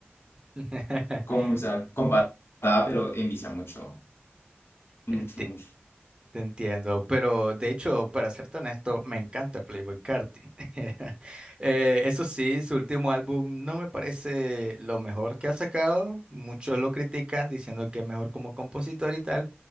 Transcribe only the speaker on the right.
<laughs>
Enti-
Te entiendo, pero de hecho, para serte honesto, me encanta Playboy Carti. <laughs> Eh, eso sí, su último álbum no me parece lo mejor que ha sacado. Muchos lo critican diciendo que es mejor como compositor y tal,